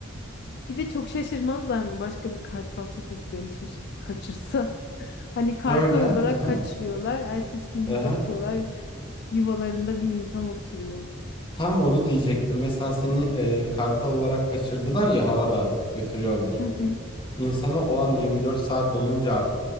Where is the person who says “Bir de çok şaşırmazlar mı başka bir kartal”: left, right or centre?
Left